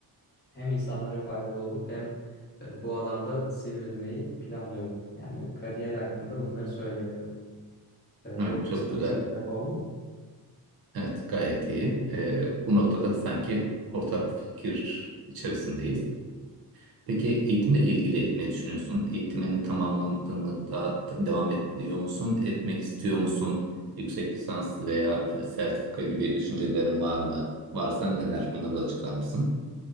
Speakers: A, on the left; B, on the right.
A: hem insanlara faydalı olup hem e, bu alanda sivrilmeyi planlıyorum. Yani kariyer hakkında bunları söyleyebilirim. E,
B: Evet,
A: bu
B: çok
A: açıklayıcı
B: güzel.
A: bir cevap oldu mu?
B: Evet, gayet iyi. Ee, bu noktada sanki ortak fikir içerisindeyiz. Peki eğitimle ilgili ne düşünüyorsun? Eğitimini tamamladın mı? Daha t- devam ediyor musun? Etmek istiyor musun? Yüksek lisans veya f- sertifika gibi düşüncelerin var mı? Varsa neler? Bunları da açıklar mısın?